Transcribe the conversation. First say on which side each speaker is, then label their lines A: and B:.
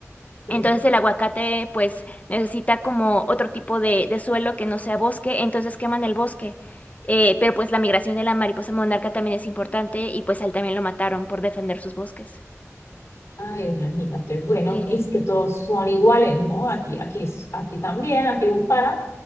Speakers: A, on the left; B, on the left.
A: Sí.
B: Entonces el aguacate pues necesita como otro tipo de, de suelo que no sea bosque, entonces queman el bosque. Eh, pero pues la migración de la mariposa monarca también es importante y pues a él también lo mataron por defender sus bosques.
A: Ay, imagínate. Bueno,
B: Sí,
A: es que todos son iguales, ¿no? Aquí, aquí, es- aquí también, aquí hay un páramo